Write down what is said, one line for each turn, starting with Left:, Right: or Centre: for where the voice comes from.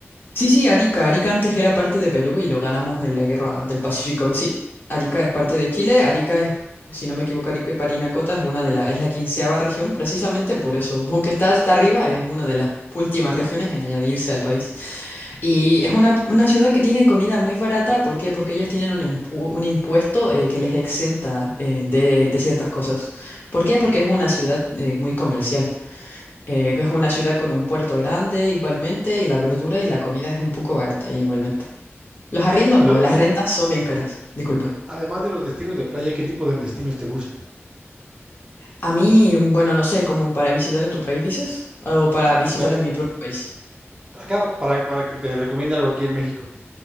Left: Sí, sí, Arica. Arica antes era parte de Perú y lo ganamos en la Guerra del Pacífico. Sí, Arica es parte
Right: O-
Left: de Chile. Arica es, si no me equivoco, Arica y Parinacota es una de la, es la quinceava región, precisamente por eso. Aunque está hasta arriba, es una de las últimas regiones en añadirse al país. Y es una, una ciudad que tiene comida muy barata. ¿Por qué? Porque ellos tienen un, impu- un impuesto eh, que les exenta eh, de, de ciertas cosas. ¿Por qué? Porque es una ciudad eh, muy comercial. Eh, es una ciudad con un puerto grande igualmente y la verdura y la comida es un poco barata igualmente. Los
Right: Oye,
Left: arriendos
Right: ya te
Left: no,
Right: lo,
Left: las
Right: además,
Left: rentas son bien caras, disculpa.
Right: además de los destinos de playa, ¿qué tipo de destinos te gusta?
Left: A mí, bueno, no sé, como para visitar en tu país, dices, o para
Right: Sí,
Left: visitar
Right: sí, claro.
Left: en mi propio país.
Right: Acá, para, para que te recomiende algo aquí en México.